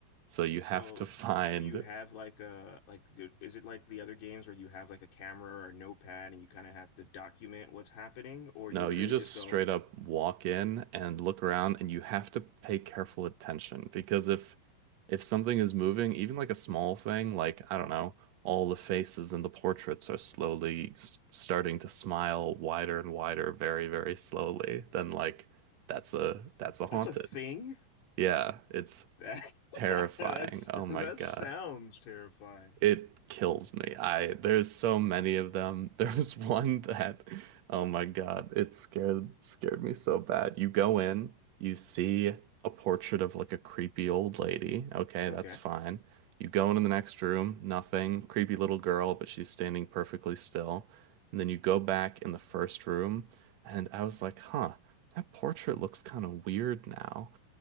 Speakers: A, on the right (about 65°); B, on the left (about 85°).
A: So you
B: So,
A: have to <laughs> find
B: do you have like a like do, is it like the other games where you have like a camera or a notepad and you kind of have to document what's happening, or
A: No,
B: you literally
A: you just
B: just go,
A: straight up walk in and look around and you have to pay careful attention because if if something is moving, even like a small thing, like I don't know, all the faces in the portraits are slowly s starting to smile wider and wider very, very slowly, then like that's a that's a haunted.
B: "That's a thing?
A: Yeah, it's
B: That
A: terrifying.
B: <laughs> that's
A: Oh
B: that
A: my God.
B: sounds terrifying."
A: It kills me. I there's so many of them. <laughs> There was one that, oh my God, it scared scared me so bad. You go in, you see a portrait of like a creepy old lady. Okay,
B: Okay.
A: that's fine. You go into the next room, nothing. Creepy little girl, but she's standing perfectly still. And then you go back in the first room, and I was like, huh, that portrait looks kind of weird now.